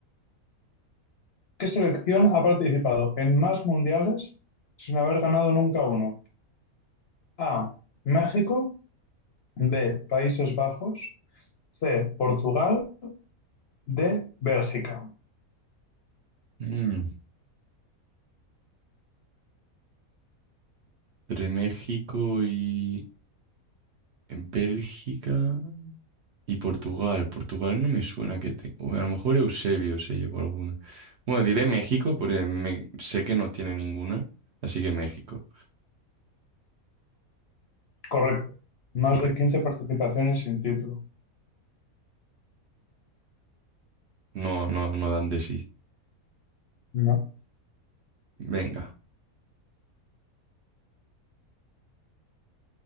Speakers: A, on the left; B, on the right.
A: ¿Qué selección ha participado en más mundiales sin haber ganado nunca uno? A. México. B. Países Bajos. C. Portugal. D. Bélgica.
B: Mm, Entre México y Bélgica y Portugal. Portugal no me suena que te... o a lo mejor Eusebio se llevó alguna. Bueno, diré México porque me- sé que no tiene ninguna. Así que México,
A: Correcto. Más
B: correcto.
A: de 15 participaciones sin título.
B: No, no, no dan de sí.
A: No.
B: Venga.